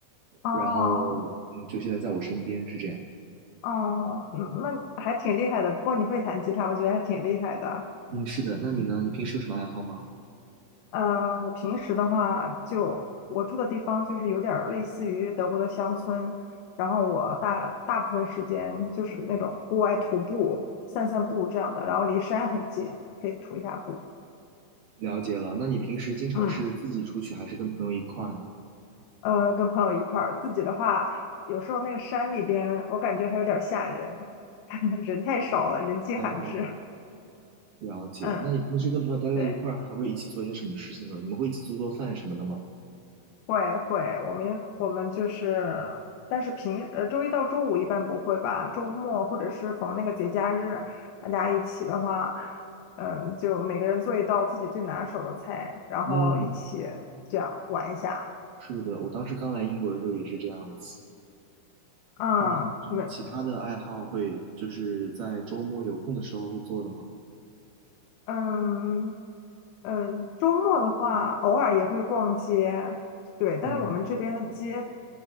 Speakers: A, on the left; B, on the right.
A: 哦
B: 然后嗯，就现在在我身边是这样。
A: 哦，嗯那还挺厉害的。不过你会弹吉他，我觉得还挺厉害的。
B: 嗯，是的，那你呢？你平时有什么爱好吗？
A: 嗯，我平时的话就，我住的地方就是有点儿类似于德国的乡村，然后我大大部分时间就是那种户外徒步、散散步这样的，然后离山很近，可以徒一下步。
B: 了解了，那你平时经常是自己出去还是跟朋友一块儿呢？
A: 嗯，呃，跟朋友一块儿，自己的话，有时候那个山里边，我感觉还有点儿吓人，<laughs> 人太少了，人迹罕至。
B: 哦，了解。
A: 嗯，
B: 那你平时跟朋友待在一块儿，
A: 对。
B: 还会一起做些什么事情呢？你们会一起做做饭什么的吗？
A: 会会，我们我们就是，但是平呃周一到周五一般不会吧，周末或者是逢那个节假日，大家一起的话，嗯，就每个人做一道自己最拿手的菜，然后一起这样玩一下。
B: 嗯，是的，我当时刚来英国的时候也是这样子。
A: 嗯，
B: 嗯，有什么其他的爱好会，
A: 没，
B: 就是在周末有空的时候会做的吗？
A: 嗯嗯，周末的话，偶尔也会逛街，对，但是我们这边的街
B: 嗯，